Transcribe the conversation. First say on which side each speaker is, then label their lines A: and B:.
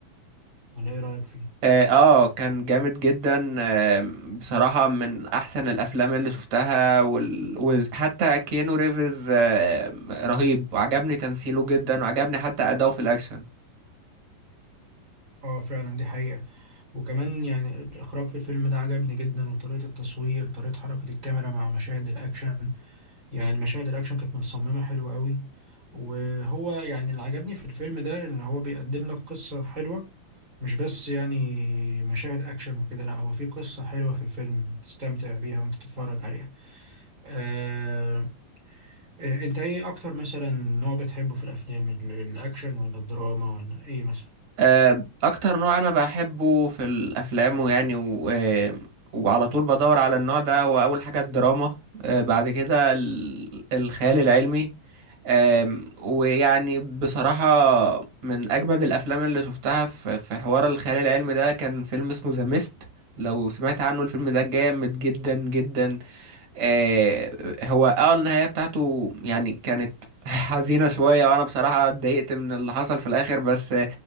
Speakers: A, on the right; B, on the right.
A: ولا ايه رايك فيه
B: اه آه، كان جامد جدا آه، بصراحة من احسن الافلام اللي شفتها وال... وحتى كيانو ريفز آه، رهيب وعجبني تمثيله جدا وعجبني حتى اداؤه في الاكشن
A: اه فعلا دي حقيقه وكمان يعني الاخراج في الفيلم ده عجبني جدا وطريقه التصوير طريقه حركه الكاميرا مع مشاهد الاكشن يعني مشاهد الاكشن كانت متصممه حلوه قوي وهو يعني اللي عجبني في الفيلم ده ان هو بيقدم لك قصه حلوه مش بس يعني مشاهد اكشن وكده لا هو في قصه حلوه في الفيلم تستمتع بيها وانت تتفرج عليها آه آه، انت ايه اكتر مثلا نوع بتحبه في الافلام ال- الاكشن ولا الدراما ولا ايه مثلا
B: آه، اكتر نوع انا بحبه في الافلام ويعني و... آه، وعلى طول بدور على النوع ده هو اول حاجة الدراما آه، بعد كده ال- الخيال العلمي آم، ويعني بصراحة من أجمد الأفلام اللي شفتها في في حوار الخيال العلمي ده كان فيلم اسمه ذا ميست لو سمعت عنه الفيلم ده جامد جدا جدا آه، هو اه النهاية بتاعته يعني كانت <laughs> حزينة شوية وأنا بصراحة اتضايقت من اللي حصل في الآخر بس